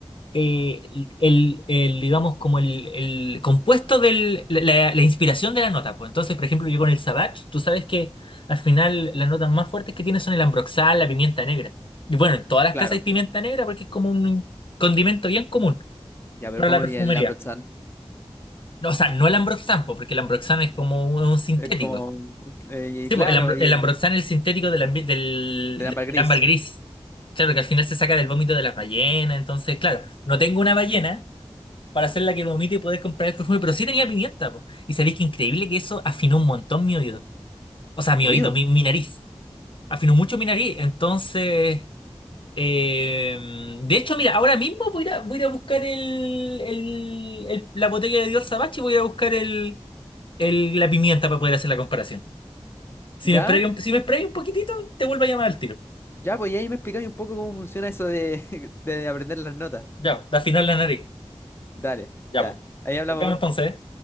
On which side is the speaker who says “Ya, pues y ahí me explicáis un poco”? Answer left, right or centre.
Left